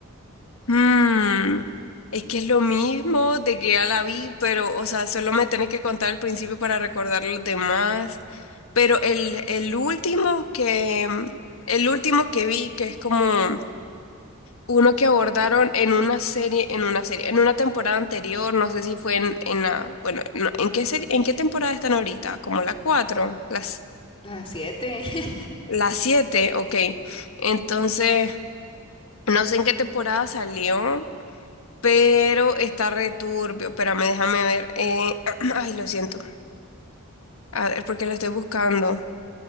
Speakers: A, on the left; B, on the left.
A: Mm, es que es lo mismo de que ya la vi, pero, o sea, solo me tenés que contar el principio para recordar los demás, pero el, el último que, el último que vi, que es como... Uno que abordaron en una serie, en una serie, en una temporada anterior, no sé si fue en, en la, bueno, no, ¿en qué serie, en qué temporada están ahorita? Como la 4, las,
B: La siete <laughs>
A: la 7? ok. Entonces, no sé en qué temporada salió, pero está returbio. Espérame, déjame ver. eh, <clears throat> ay, lo siento. A ver, porque lo estoy buscando.